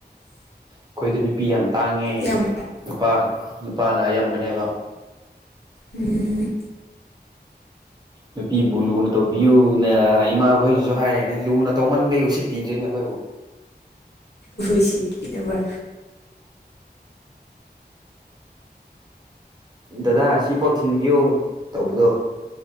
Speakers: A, on the right (about 25°); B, on the left (about 70°).
A: ꯑꯩꯈꯣꯏꯗ ꯅꯨꯄꯤ ꯌꯥꯝ ꯇꯥꯡꯉꯦ
B: ꯌꯥꯝ
A: ꯅꯨꯄꯥ ꯅꯨꯄꯥꯅ ꯑꯌꯥꯝꯕꯅꯦꯕ
B: ꯎꯝ
A: ꯅꯨꯄꯤꯕꯨ ꯂꯨꯅ ꯇꯧꯕꯤꯌꯨꯅ ꯏꯃꯥꯈꯣꯏꯅꯁꯨ ꯍꯥꯏꯔꯛꯦꯅꯦ ꯂꯨꯅ ꯇꯧꯃꯟꯕꯩ ꯎꯁꯤꯠꯄꯤꯗ꯭ꯦꯅꯦ ꯑꯩꯈꯣꯏꯕꯨ
B: ꯁꯤꯠ ꯀꯗꯕ
A: ꯗꯗꯥ ꯁꯤꯐꯥꯎ ꯊꯤꯟꯕꯤꯌꯣ ꯇꯧꯕꯗꯣ